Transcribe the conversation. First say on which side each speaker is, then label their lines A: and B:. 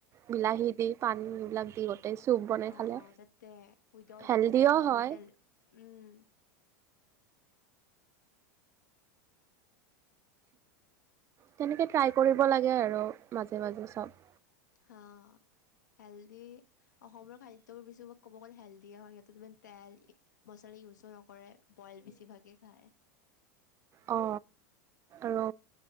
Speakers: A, on the right; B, on the left.
A: বিলাহী দি পানী এইবিলাক <unintelligible> বনাই খালে
B: অ-অ তাতে, উইদাউট
A: হেল্ডিও
B: অইল
A: হয়
B: তেল উম।
A: তেনেকে ট্ৰাই কৰিব লাগে আৰু মাজে মাজে চব।
B: হা, হেল্ডি। অসমৰ খাদ্যবোৰ বেছি ভাগ ক'ব গ'লে হেল্ডিয়ে হয়, সিহতেত ইমান তেল মছলা ইউজো নকৰে। বইল বেছিভাগে খায়।
A: অ', আৰু